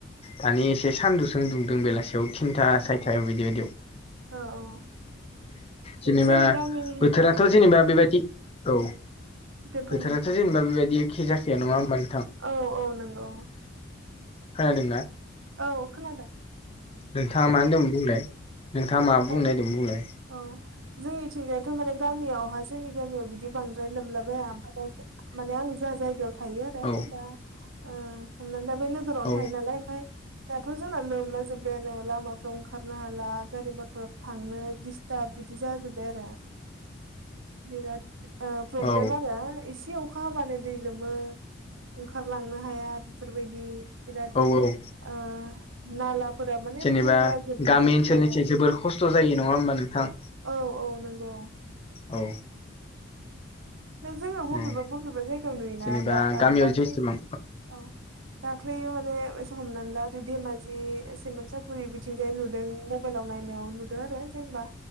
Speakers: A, on the left; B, on the right.
A: दानि एसे सानदुंसो दुंदों बेलासियाव थिनथा सारिथायाव बिदि बिदियाव।
B: औ औ।
A: जेनेबा
B: जोंनि गामिनि
A: बोथोराथ'
B: औ
A: जेनेबा बेबायदि औ।
B: दे बुं
A: बोथोराथ'
B: नोंथां
A: जेनेबा बेबायदि एखे जाखाया नङा होमबा
B: औ औ नंगौ।
A: खोनादों ना?
B: औ खोनादों।
A: नोंथाङा मा होन्दोंमोन बुंलाय, नोंथाङा
B: औ
A: माबा बुंनो
B: माने
A: नागेरदोंमोन बुंलाय।
B: औ, जोंनिथिंजायथ' माने गामियावहा जोंनि गामियाव बिदि बांद्राय लोमलाबाया ओमफाय दा माने आं जा जायगायाव थायो आरो
A: औ
B: दा ओ हमनानै दा बे लो हरावनो
A: औ
B: थायो नालाय ओमफाय दाथ' जोंना लोमला जोब्बायानो लामाफ्राव ओंखारनो हाला गारि मटर थांनो डिसटार्ब बिदि जाजोब्बाय आरो बिराद ओ प्रब्लेम
A: औ
B: आरो इस से अखा हाबानो दै लोमो ओंखारलांनो हाया बेफोरबायदि। बिराद
A: औ औ
B: ओ नालाफोरा माने
A: जेनेबा
B: बुंला जोबनाय
A: गामि
B: बिदि
A: ओनसोलनिसो
B: आरो।
A: जोबोर खस्थ' जायो नङा होमबा नोंथां?
B: औ औ नंगौ।
A: औ।
B: बे जोङो
A: औ
B: बबेबा बबेबा जायगायाव नुयोना
A: जेनेबा
B: दा ओ
A: गामियाव
B: दाख्लि
A: जेसेबां
B: औ। दाख्लैयो माने एसे हमनानै ला धे-धेमाजि सिमांसाफुरि बिथिंजाय नुदों म बाइलाव नाइनायाव नुदों आरो जेनेबा